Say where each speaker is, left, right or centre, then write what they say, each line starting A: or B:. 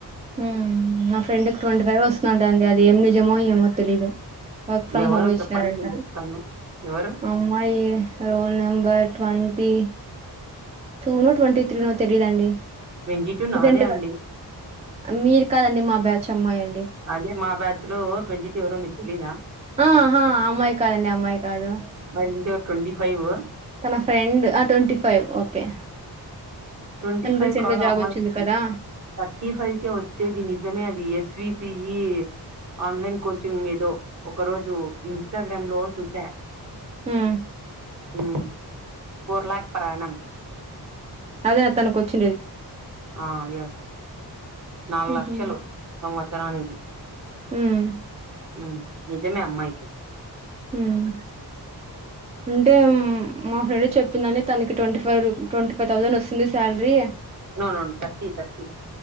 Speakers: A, on the right; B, on the right.
A: ఉ నా ఫ్రెండ్కి ట్వంటీ ఫైవ్ వస్తున్నాయంట అది ఏం నిజమో ఏమో తేలియదు. వర్క్ ఫ్రమ్
B: ఎవరు
A: హోమ్ ఇచ్చినారంట.
B: చెప్పండి నేను చెప్తాను ఎవరు
A: అమ్మాయి role number twenty two no twenty three no తెలిదండి.
B: ట్వంటీ టూ
A: రీసెంట్గా.
B: నాదే అండి
A: మీరు కాదండి. మా బ్యా చెమ్మ యన్
B: అదే మా బ్యాచ్ లో ట్వంటీ టు ఎవరో మీకు తెలీదా.
A: ఆహా అమ్మాయి కాదండి అమ్మాయి కాదు
B: మరి ఇంకే ట్వంటీ ఫైవ్
A: తన ఫ్రెండ్, ఆ ట్వంటీ ఫైవ్. ఓకే
B: ట్వంటీ
A: తను
B: ఫైవ్
A: రీసెంట్
B: కాదు
A: గా జాబ్
B: అమ్మాయికి.
A: వచ్చింది కదా
B: థర్టీ ఫైవ్ కె వచ్చేది. నిజమే అది ఎస్వి ఈ ఈ ఆన్లైన్ కోచింగ్ ఏదో ఒక రోజు ఇన్స్టాగ్రామ్ లో చూసా.
A: మ్మ్
B: మ్మ్ ఫర్ లాక్ పర్ ఆనం
A: అదే నా తనకి వచ్చి
B: ఆ ఎస్ నాలుగు
A: ఉహు
B: లక్షలు సం వత్సరానికి
A: ఉమ్
B: మ్మ్ నిజమే అమ్మాయికి
A: మ్మ్ అంటే మా ఫ్రెండ్ చెప్పిందంని తనకి twenty five twenty five thousand వస్తుంది శాలరీ
B: ఔన్ థర్టీ థర్టీ